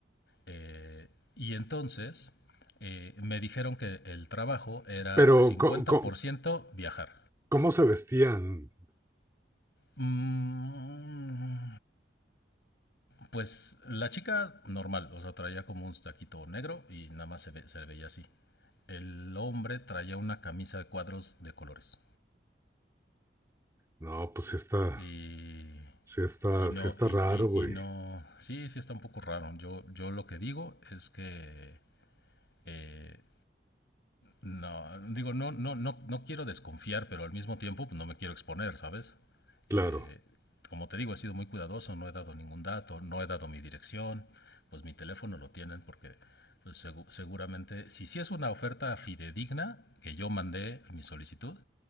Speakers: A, on the left; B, on the right.
A: Eh, y entonces eh, me dijeron que el trabajo era
B: Pero,
A: cincuenta
B: co- co-
A: por ciento viajar.
B: ¿cómo se vestían?
A: Mm, Pues la chica normal, o sea, traía como un taquito negro y nada más se, ve- se le veía así. El hombre traía una camisa de cuadros de colores.
B: No, pues sí está,
A: Y,
B: sí está,
A: y no,
B: sí está
A: y,
B: raro,
A: y-
B: güey.
A: y no, sí, sí está un poco raro. Yo, yo lo que digo es que eh, No, digo, no, no, no, no quiero desconfiar, pero al mismo tiempo pues, no me quiero exponer, ¿sabes?
B: Claro.
A: Eh, como te digo, he sido muy cuidadoso, no he dado ningún dato, no he dado mi dirección, pues mi teléfono lo tienen porque pues, segu- seguramente, si sí es una oferta fidedigna que yo mandé mi solicitud,